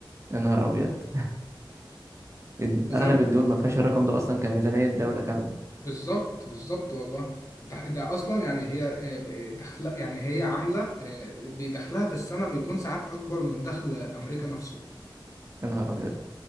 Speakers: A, on the right; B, on the left.
A: يا نهار ابيض <laughs>
B: زي
A: اغلب
B: ما
A: الدول ما فيهاش الرقم ده اصلا كميزانية دولة كاملة
B: بالظبط بالظبط والله ده ده اصلا يعني هي آه، دخل يعني هي عامله آه، بيدخلها في السنه بيكون ساعات اكبر من دخل امريكا نفسه
A: يا نهار ابيض